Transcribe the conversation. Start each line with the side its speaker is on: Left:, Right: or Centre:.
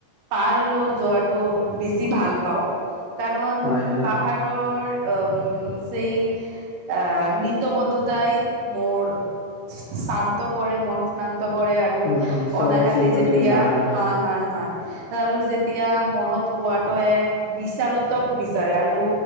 Right: পাহৰল' যোৱাটো বেছি ভাল পাওঁ কাৰণ
Left: হয় হয়
Right: পাহাৰৰ অম সেই অ নিতবদ্ধতাই মোৰ চা - চান্ত কৰে মন স্নান্ত কৰে আৰু
Left: হয় চৰাই
Right: অনাহেতে
Left: চিৰিকটিৰ
Right: যেতিয়া,
Left: মাত
Right: হয় হয়। হয় আৰু যেতিয়া মনত কোৱাটো এক বিচালতক বিচাৰে আৰু